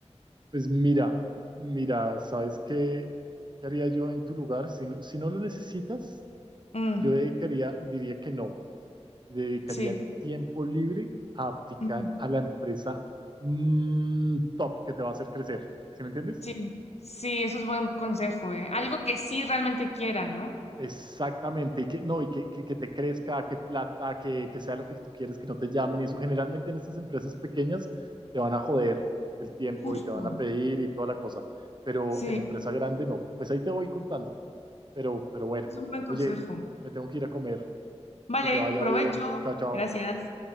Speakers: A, on the right; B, on the left.
A: pues mira, mira, ¿sabes qué, qué haría yo en tu lugar? Si no, si no lo necesitas.
B: Mm,
A: Yo dedicaría, diría que no, dedicaría
B: sí,
A: el tiempo libre a aplicar
B: mm,
A: a la empresa mm, top que te va a hacer crecer. ¿Sí me entiendes?
B: sí, sí, eso es buen consejo, ¿eh? Algo que sí realmente quiera, ¿no?
A: Exactamente, y que no, y que, que, que te crezca, que plata, que, que sea lo que tú quieres, que no te llamen, y eso generalmente en estas empresas pequeñas te van a joder el tiempo
B: Justo,
A: y te van a pedir y toda la cosa, pero
B: sí,
A: en empresa grande no, pues ahí te voy contando, pero, pero bueno,
B: es un buen consejo.
A: oye, me tengo que ir a comer,
B: Vale,
A: que te vaya
B: provecho.
A: bien, chao, chao.
B: Gracias.